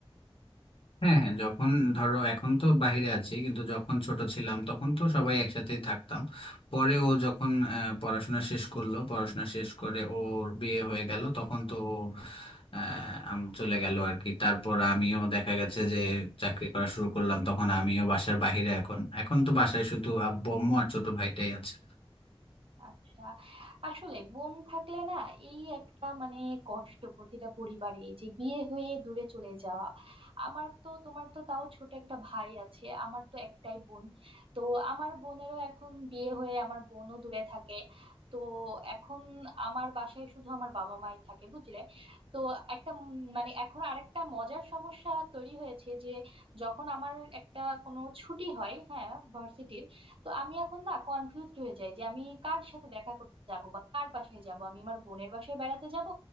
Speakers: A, on the left; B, on the right.
A: হ্যাঁ হ্যাঁ যখন ধরো এখন তো বাইরে আছি কিন্তু যখন ছোট ছিলাম তখন তো সবাই একসাথেই থাকতাম পরে ও যখন আহ, পড়াশোনা শেষ করলো পড়াশোনা শেষ করে ওর বিয়ে হয়ে গেল তখন তো ও, আহ, আম- চলে গেল আর কি তারপর আমিও দেখা গেছে যে চাকরি করা শুরু করলাম তখন আমিও বাসার বাইরে এখন এখন তো বাসায় শুধু আব্বু আম্মু আর ছোট ভাইটাই আছে
B: আচ্ছা আসলে বোন থাকলে না এই একটা মানে কষ্ট প্রতিটা পরিবারে এই যে বিয়ে হয়ে দূরে চলে যাওয়া আমার তো তোমার তো তাও ছোট একটা ভাই আছে আমার তো একটাই বোন তো আমার বোনেরও এখন বিয়ে হয়ে আমার বোনও দূরে থাকে তো এখন আমার বাসায় শুধু আমার বাবা মাই থাকে বুঝলে তো একটা উম মানে এখন আরেকটা মজার সমস্যা তৈরি হয়েছে যে যখন আমার একটা কোনো ছুটি হয় হ্যাঁ ভার্সিটির তো আমি এখন না কনফিউজড হয়ে যাই যে আমি কার সাথে দেখা করতে যাব বা কার বাসায় যাব আমি আমার বোনের বাসায় বেড়াতে যাব